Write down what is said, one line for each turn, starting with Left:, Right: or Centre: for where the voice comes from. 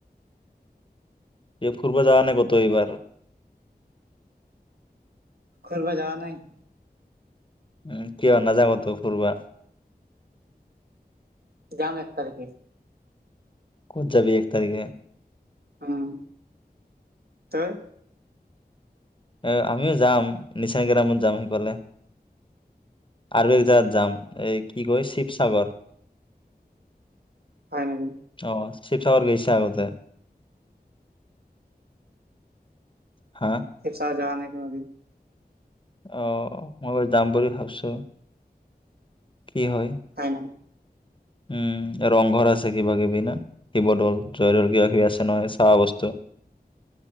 Left: এই ফুৰিব যোৱা নাই কতো এইবাৰ?
Right: ঘূৰিব যোৱা নাই।
Left: উম, কিয় নাযাব কতো ফূৰবা?
Right: যাম এক তাৰিখে।
Left: ক'ত যাবি এক তাৰিখে?
Right: উম, তই?
Left: এ আমিও যাম, নিছানগ্ৰামত যাম সেইফালে। আৰু একজাগাত যাম, এই কি কয়? শিৱসাগৰ। <inaudible>
Right: হয় নেকি?
Left: অঁ, শিৱসাগৰ গৈছা আগতে? হা?
Right: শিৱসাগৰ যোৱা নাই কোনোদিন।
Left: অঁ, মই বাৰু যাম বুলি ভাবিছো, কি হয়!
Right: হয় না।
Left: উম, ৰংঘৰ আছে কিবা কিবি না? শিৱদৌল, জয়দৌল কিবা কিবি আছে নহয় চাৱা বস্তু।